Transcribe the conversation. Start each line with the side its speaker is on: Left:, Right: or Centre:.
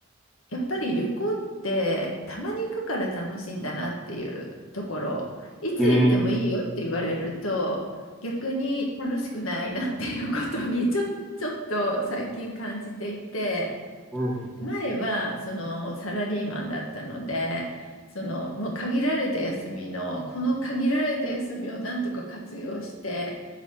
Left: やっぱり旅行ってたまに行くから楽しいんだなっていうところ、いつ行ってもいいよって言われると逆に楽しくないなっていうことにちょ、
Centre: うん、
Left: <laughs> ちょっと最近感じていて、
Centre: うん、
Left: 前はそのサラリーマンだったので、そのもう限られた休みの、この限られた休みをなんとか活用して、